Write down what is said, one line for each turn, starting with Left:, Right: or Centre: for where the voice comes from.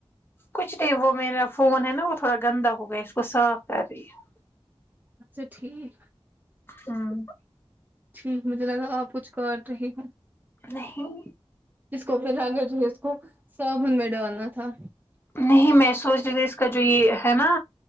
Left: کچھ نہیں وہ میرا فون ہے نا وہ تھوڑا گندا ہو گیا اس کو صاف کر رہی ہے
Right: اچھا ٹھیک
Left: ہوں
Right: ٹھیک مجھے لگا آپ کچھ کاٹ رہی ہو
Left: نہیں
Right: جس کو <unintelligible> پھر رگر جو ہے اس کو صابن میں ڈالنا تھا
Left: نہیں میں سوچ رہی تھی اس کا جو یہ ہے نا